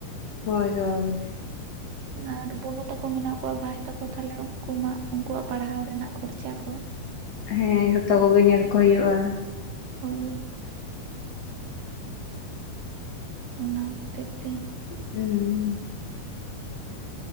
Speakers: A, on the left; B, on the right.
A: ᱦᱳᱭ- ᱦᱳᱭ
B: ᱟᱨ ᱵᱩᱱᱩ ᱛᱟᱠᱚ ᱢᱮᱱᱟᱜ ᱠᱚᱣᱟ ᱵᱷᱟᱭ ᱛᱟᱠᱚ ᱛᱟᱞᱦᱮ ᱩᱱᱠᱩ ᱢᱟ ᱩᱱᱠᱩ ᱣᱟᱜ ᱯᱟᱲ ᱦᱟᱣ ᱨᱮᱱᱟᱜ ᱠᱷᱚᱨᱪᱟ ᱠᱚ
A: ᱦᱮᱸ ᱡᱚᱛᱚ ᱠᱚ ᱜᱮ ᱧᱮᱞ ᱠᱚ ᱦᱳᱭᱳᱜᱼᱟ᱾
B: ᱦᱳᱭ ᱚᱱᱟ ᱠᱷᱟᱹᱛᱤᱨ ᱛᱮ
A: ᱦᱩᱸ